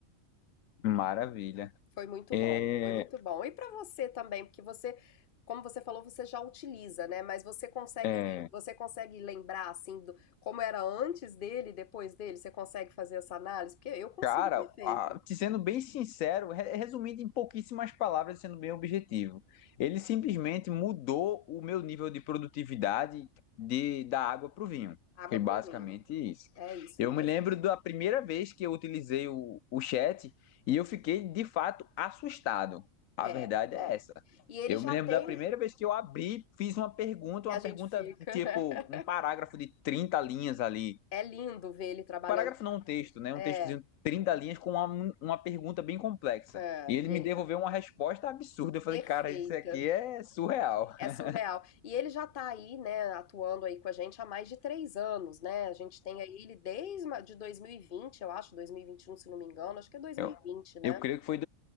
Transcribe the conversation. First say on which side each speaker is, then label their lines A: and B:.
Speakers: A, on the left (about 85°); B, on the left (about 45°).
A: maravilha.
B: Foi muito
A: É,
B: bom, foi muito bom. E para você também, porque você, como você falou, você já utiliza, né? Mas você consegue,
A: é,
B: lem- você consegue lembrar assim do, como era antes dele, e depois dele? Você consegue fazer essa análise? Porque eu consigo
A: Cara,
B: perfeito.
A: a- te sendo bem sincero, re- resumindo em pouquíssimas palavras, sendo bem objetivo, ele simplesmente mudou o meu nível de produtividade de, da água para o vinho.
B: Água
A: Foi
B: pro
A: basicamente
B: vinho.
A: isso.
B: É isso
A: Eu
B: mesmo.
A: me lembro da primeira vez que eu utilizei o, o chat e eu fiquei de fato assustado. A verdade
B: É, é.
A: é essa.
B: E ele
A: Eu
B: já
A: me lembro
B: tem,
A: da primeira vez que eu abri, fiz uma pergunta,
B: a
A: uma
B: gente
A: pergunta
B: fica.
A: de tipo
B: <laughs>
A: um parágrafo de 30 linhas ali
B: É lindo ver ele trabalhando.
A: parágrafo não um texto, né?
B: É,
A: Um textozinho de 30 linhas com uma, uma pergunta bem complexa.
B: é,
A: E ele
B: e
A: me
B: ele
A: devolveu
B: vai.
A: uma resposta absurda. Eu falei,
B: Perfeita.
A: cara, isso aqui é surreal. <laughs>
B: É surreal. E ele já tá aí, né, atuando aí com a gente há mais de três anos, né? A gente tem aí ele desde ma- de 2020, eu acho, dois mil e e vinte e um se não me engano, acho que é dois
A: Eu,
B: mil e vinte, né?
A: eu creio que foi